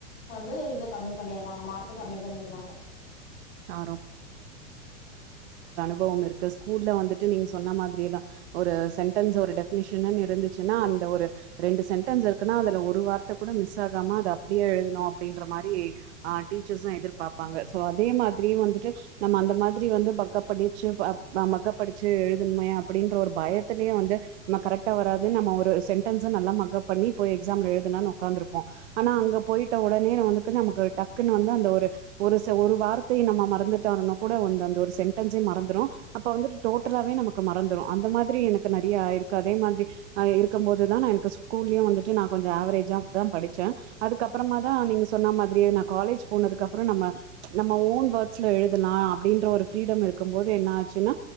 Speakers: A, on the left (about 70°); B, on the right (about 65°).
A: வந்து இத கம்மி பண்ணிர்றாங்க மார்க்க கம்மி பண்ணிர்றாங்க
B: ஆ ஒன்னு இருக்கு ஸ்கூல்ல வந்துட்டு நீங்க சொன்ன மாதிரியேதா ஒரு செண்டன்ஸு ஒரு டெஃபனிஷனுன் இருந்துச்சுன்னா அந்த ஒரு ரெண்டு செண்டன்ஸ் இருக்குனா அதுல ஒரு வார்த்தை கூட மிஸ் ஆகாம அத அப்படியே எழுதனு அப்படின்ற மாரி ஆ டீச்சர்ஸு எதிர்பார்ப்பாங்க சோ அதே மாரி திடீர்னு வந்துட்டு நம்ம அந்த மாதிரி வந்து மக்கப் படிச்சு மக்கப் அடிச்சு எழுதனுமே அப்படின்ற ஒரு பயத்திலயே வந்து நம்ம கரெக்டா வராது நம்ம ஒரு சென்டன்ஸ நல்லா மக்கப் பண்ணி போய் எக்ஸாம்ல எழுதலானு உக்காந்துருப்போ ஆனா அங்க போயிட்ட உடனே வந்து நமக்கு டக்குன்னு வந்து அந்த ஒரு ஒரு செ ஒரு வார் த்தை நம்ம மறந்துட்டாலு கூட அந்த ஒரு சென்டன்ஸே மறந்துரு அப்ப வந்து டோட்டலாவே நமக்கு மறந்துரு அந்த மாதிரி எனக்கு நெறைய ஆயிருக்கு அதே மாதிரி இருக்கும் போதுதா நா எனக்கு ஸ்கூல்லியு வந்துட்டு நா கொஞ்ச ஆவரேஜாதா படிச்ச அதுக்கு அப்பறமாதா நீங்க சொன்ன மாதிரியே நா காலேஜ் போனதுக்கு அப்பற நம்ம ஓன் வேர்ட்ஸ்ல எழுதலா அப்படின்ற ஒரு ஃப்ரீடம் இருக்கும் போது என்ன ஆச்சுன்னா